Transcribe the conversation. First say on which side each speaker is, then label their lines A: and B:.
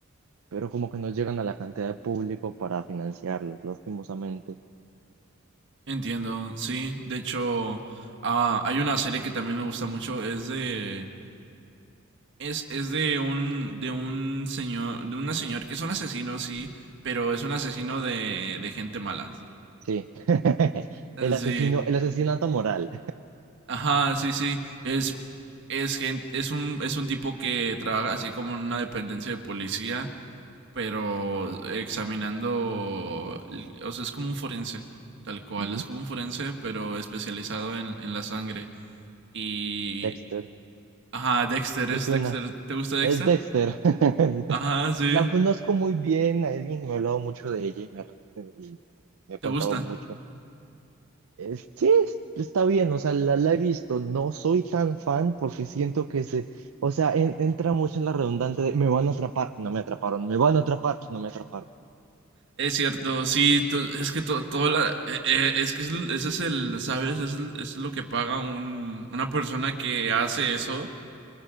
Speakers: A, on the right; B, on the right.
A: pero como que no llegan a la cantidad de público para financiarlas, lastimosamente.
B: Entiendo, sí. De hecho, ah, hay una serie que también me gusta mucho, es de es, es de un de un señor, de una señora que es un asesino, sí, pero es un asesino de de gente mala.
A: Sí. <laughs>
B: Eh,
A: El asesino,
B: Sí,
A: el asesinato moral.
B: Ajá, sí, sí. Es, es gente, es un, es un tipo que trabaja así como en una dependencia de policía, pero examinando, el- o sea, es como un forense, tal cual,
A: Ujú.
B: es como un forense, pero especializado en, en la sangre. Y,
A: Dexter.
B: ajá, Dexter,
A: ¿Te
B: es
A: suena?
B: Dexter, ¿te gusta Dexter?
A: Es Dexter. <laughs>
B: Ajá, sí,
A: La conozco muy bien, alguien me ha hablado mucho de ella y me, y me ha contado
B: ¿te gusta?
A: mucho. Es- sí, es- está bien, o sea, la, la he visto. No soy tan fan porque siento que se, o sea, en- entra mucho en la redundante de me van a atrapar, no me atraparon, me van a atrapar, no me atraparon.
B: Es cierto, sí, to- es que to- todo la, e- e- es que es l- ese es el, ¿sabes? Es, l- es lo que paga un, una persona que hace eso